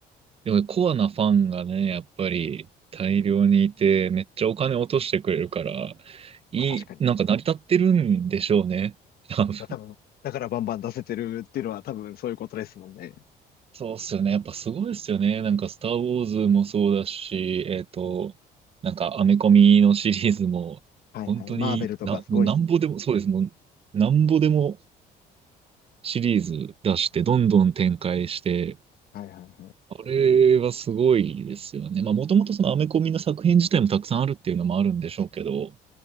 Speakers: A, on the right; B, on the left.
A: でもコアなファンがね、やっぱり大量にいて、めっちゃお金落としてくれるから、いい、
B: まあ確かに。
A: なんか成り立ってるんでしょうね。<laughs> 多分
B: まあ多分、だからバンバン出せてるっていうのは多分そういうことですもんね。
A: そうっすよね。やっぱすごいっすよね。なんか、スター・ウォーズもそうだし、えっと、なんか、アメコミのシリーズも、
B: はいはい。
A: 本当にな、
B: マーベルとかすごいっす。
A: もうなんぼでも、そうです。もう、なんぼでもシリーズ出して、どんどん展開して、
B: はいはいはい。
A: あれはすごいですよね。まあ、もともとそのアメコミの作品自体もたくさんあるっていうのもあるんでしょうけど、